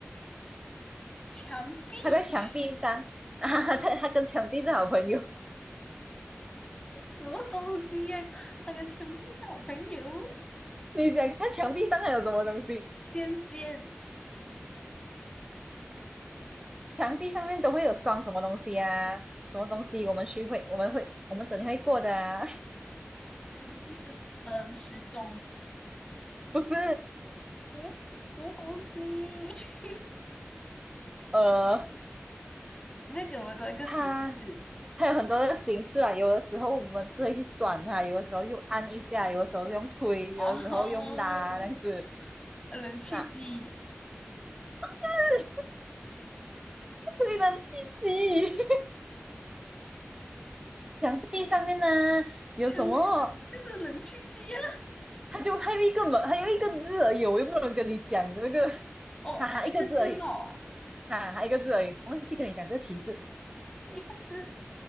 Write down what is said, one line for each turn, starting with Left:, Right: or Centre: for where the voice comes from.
Left: 墙壁，
Right: 他在墙壁上啊，<laughs> 在他跟墙壁是好朋友。
Left: 什么东西呀、他跟墙壁是好朋友。
Right: <laughs> 你想看墙壁上还有什么东西？
Left: 电线、
Right: 墙壁上面都会有装什么东西啊？什么东西我们去会，我们会，我们整天会过的啊？
Left: 墙壁上，嗯，时钟，
Right: <laughs> 不是，
Left: 什么什么东西？<laughs>
Right: 呃，
Left: 你再给我多一个提示
Right: 它它有很多的形式啊。有的时候我们是会去转它，有的时候又按一下，有的时候用推，有的时候用拉，
Left: 哦，
Right: 这样子
Left: 冷气机。
Right: 啊，<laughs> 令人刺激。<laughs> 墙壁上面呢有什么
Left: 全部就是冷气机啊！
Right: 他就还有一个门，还有一个字而已，我又不能跟你讲那个，
Left: 哦，
Right: 哈哈，
Left: 它一个字吧啊，
Right: 一个字而已，哈哈，一个字而已，忘记跟你讲这个提示，
Left: 一个字，